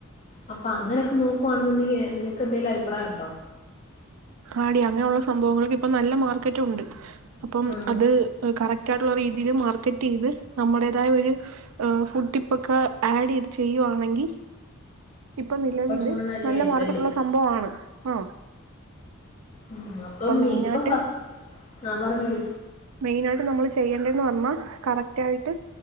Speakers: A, on the left; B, on the right.
A: അപ്പൊ അങ്ങനെയൊക്കെ നോക്കുവാണെന്നുണ്ടെങ്കിൽ നിനക്ക് എന്തെലും അഭിപ്രായം ഉണ്ടോ?
B: ആടി അങ്ങനെയുള്ള സംഭവങ്ങൾക്ക് ഇപ്പൊ നല്ല മാർക്കറ്റ് ഉണ്ട്. അപ്പം
A: ഉം
B: അത് കറക്റ്റ് ആയിട്ട ള്ള രീതില് മാർക്കറ്റ് ചെയ്ത് നമ്മുടേതായ ഒരു ഫുഡ് ടിപ്പൊക്കെ ആഡ് ചെയ്ത് ചെയ്യുവാണെങ്കി ഇപ്പൊ നിലവില്
A: കുറച്ചും കൂടെ നല്ലയായിരിക്കും
B: നല്ല മാർക്കറ്റുള്ള
A: അല്ലേ
B: സംഭവാണ്, ആ
A: ഉം, അപ്പം
B: മെയിനായിട്ട്
A: ഇപ്പൊ ഫസ് ആ പറഞ്ഞോടി
B: മെയിൻ ആയിട്ട് നമ്മൾ ചെയ്യേണ്ടേന്ന് പറഞ്ഞാ കറക്റ്റ് ആയിട്ട്